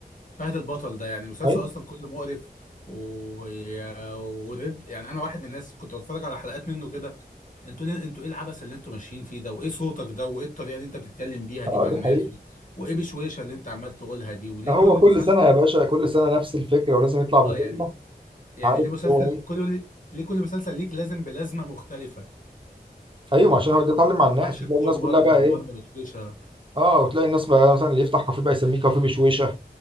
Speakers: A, on the left (about 50°); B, on the right (about 30°).
A: فهد البطل ده يعني مسلسل
B: ايوه
A: اصلا كله مقرف و... ورد يعني انا واحد من الناس كنت بتفرج على حلقات منه كده انتوا ليه انتوا ايه العبث اللي انتوا ماشيين فيه ده وايه صوتك ده وايه الطريقة اللي انت بتتكلم بيها دي
B: اه
A: مع
B: ده
A: الناس
B: حقيقي
A: وايه بشويشة اللي انت عمال تقولها دي وليه
B: هو
A: كل
B: كل
A: مسلسل
B: سنه يا باشا كل سنه نفس الفكره ولازم يطلع بكلمه
A: اه يعني يعني
B: عارف
A: ليه مسلسل
B: هو ايه
A: كل ليه كل مسلسل ليك لازم بلازمة مختلفة
B: ايوه ما عشان
A: يعني
B: هو ده يتعلم مع الناس
A: وحش
B: وتلاقي
A: الكون
B: الناس
A: مرة
B: كلها بقى
A: ومرة
B: ايه
A: بشويشة
B: اه وتلاقي الناس بقى مثلا اللي يفتح كافيه بقى يسميه كافيه بشويشه